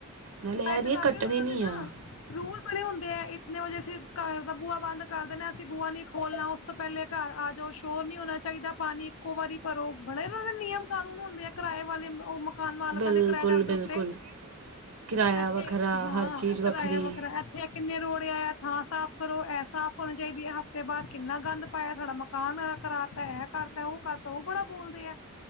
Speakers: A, on the right; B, on the left.
A: ਨਾਲੇ
B: ਕਿਰਾਏ
A: ਇਹ ਨਹੀਂ
B: ਤੇ ਰਾਂਗੇ
A: ਕੱਟਣੀ
B: ਉਹਨਾਂ
A: ਨਹੀਂ
B: ਦੇ ਨਾ
A: ਆ
B: ਰੂਲ ਬਣੇ ਹੋ ਹੁੰਦੇ ਐ ਇਤਨੇ ਵਜੇ ਅਸੀਂ ਘਰ ਦਾ ਬੂਆ ਬੰਦ ਕਰ ਦੇਣਾ, ਅਸੀਂ ਬੂਆ ਨੀ ਖੋਲਣਾ ਉਸ ਤੋਂ ਪਹਿਲੇ ਘਰ ਆ ਜੌ, ਸ਼ੋਰ ਨੀ ਹੋਣਾ ਚਾਹੀਦਾ ਪਾਣੀ ਇੱਕੋ ਵਾਰੀ ਭਰੋ, ਬੜੇ ਉਹਨਾਂ ਦੇ ਨਿਯਮ ਕਾਨੂੰਨ ਹੁੰਦੇ ਆ ਕਿਰਾਏ ਵਾਲੇ ਉਹ ਮਕ ਮਾਲਕਾਂ
A: ਬਿਲਕੁਲ
B: ਦੇ ਕਿਰਾਏਦਾਰਾਂ
A: ਬਿਲਕੁਲ
B: ਦੇ ਦੇ ਉੱਤੇ,
A: ਕਿਰਾਇਆ
B: ਐਥੇ
A: ਵੱਖਰਾ
B: ਹਾਂ
A: ਹਰ ਚੀਜ਼ ਵੱਖਰੀ
B: ਕਰਾਇਆ ਵੱਖਰਾ ਐਥੇ ਕਿੰਨੇ ਰੋੜਇਆ, ਥਾਂ ਸਾਫ਼ ਕਰੋ, ਇਹ ਸਾਫ਼ ਹੋਣੀ ਚਾਹੀਦੀ ਐ, ਤੇ ਹਫ਼ਤੇ ਬਾਅਦ ਕਿੰਨਾ ਗੰਦ ਪਾਇਆ ਤੁਹਡਾ ਮਕ ਕਾਨ ਐਹ ਕਰਾਤਾ, ਇਹ ਕਰਤਾ ਉਹ ਕਰਤਾ ਉਹ ਬੜਾ ਬੋਲਦੇ ਆ।